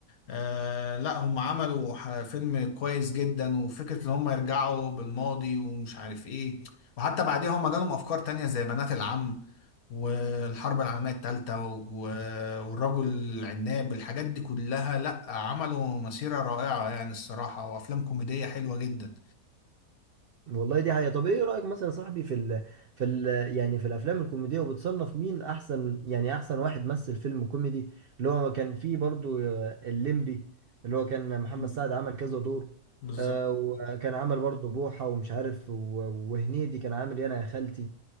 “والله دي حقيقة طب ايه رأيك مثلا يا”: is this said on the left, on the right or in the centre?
Right